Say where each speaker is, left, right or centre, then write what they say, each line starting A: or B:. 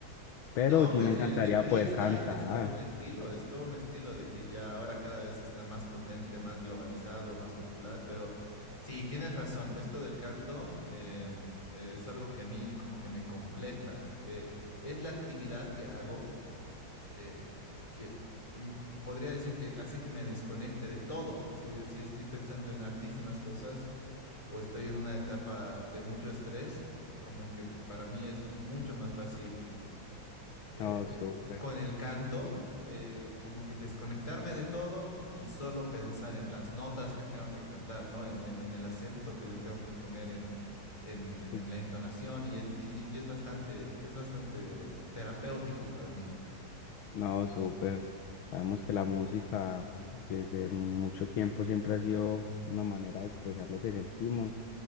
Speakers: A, on the left; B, on the left.
A: Pero
B: No,
A: sí
B: pues
A: me encantaría
B: el, el freestyle
A: poder cantar.
B: es todo un estilo, es todo un estilo de que ya ahora cada vez está más potente, más globalizado, más popular, pero sí, tienes razón, esto del canto em, eh, es algo que a mí como que me completa, eh, es la actividad que hago eh, que mm, podría decir que hace que me desconecte de todo, así si estoy pensando en artísimas cosas o estoy en una etapa de mucho estrés, como que para mí es mucho más fácil eh,
A: No, súper.
B: con el canto, eh, como que desconectarme de todo y solo pensar en las notas que tengo que cantar, ¿no? En, en- en el acento que le tengo que poner, en, en-
A: Sí.
B: en la entonación, y es, y- y es bastante, es bastante terapéutico para mí.
A: No, súper. Sabemos que la música desde mucho tiempo siempre ha sido una manera de expresar lo que sentimos